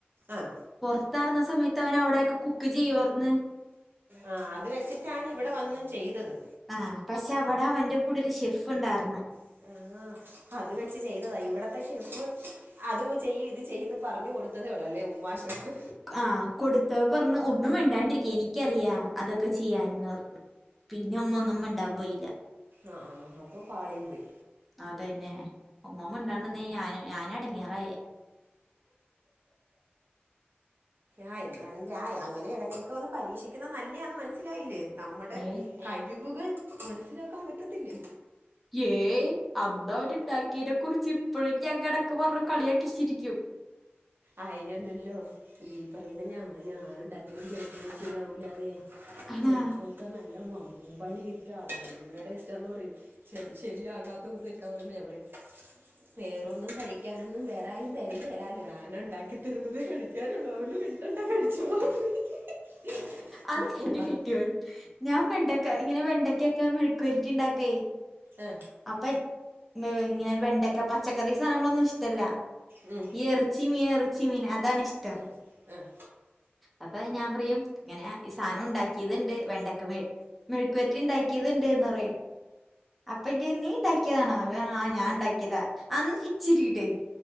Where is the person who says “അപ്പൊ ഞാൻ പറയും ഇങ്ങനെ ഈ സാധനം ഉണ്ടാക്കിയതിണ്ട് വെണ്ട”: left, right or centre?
Centre